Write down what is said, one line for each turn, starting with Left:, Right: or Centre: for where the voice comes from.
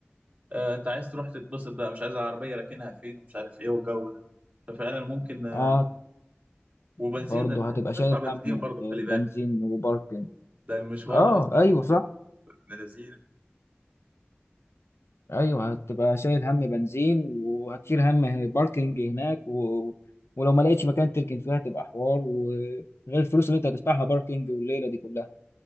Right: آه انت عايز تروح تتبسط بقى مش عايز العربية راكنها فين ومش عارف ايه والجو ده ففعلا ممكن آه
Left: اه
Right: وبنزين
Left: برضه
Right: ده انت هتدفع
Left: هتبقى شايل
Right: بنزين
Left: هم
Right: برضه خلي
Left: آه،
Right: بالك
Left: بنزين وباركن
Right: ده المشوار
Left: اه
Right: الاصلي
Left: ايوه
Right: من الذين
Left: ايوه هتبقى شايل هم بنزين وهتشيل هم باركنج هناك و... ولو ما لقيتش مكان تركن فيها هتبقى حوار وغير الفلوس اللي انت هتدفعها باركنج والليله دي كلها